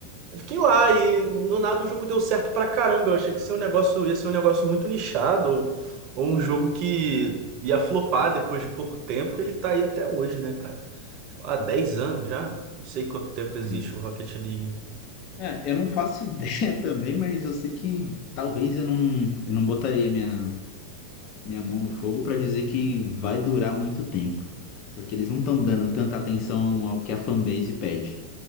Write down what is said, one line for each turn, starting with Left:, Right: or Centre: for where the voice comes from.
Right: Eu fiquei lá e do nada o jogo deu certo pra caramba. Eu achei que ia ser um negócio, ia ser um negócio muito nichado, ou, ou um jogo que ia flopar depois de pouco tempo. Ele tá aí até hoje, né, cara? Há 10 anos já. Não sei quanto tempo existe
Left: Sim.
Right: o Rocket League.
Left: É, eu não faço <laughs> ideia também, mas eu sei que talvez eu não, eu não botaria minha, minha mão no fogo para dizer que vai durar muito tempo. Porque eles não estão dando tanta atenção ao que a fanbase pede.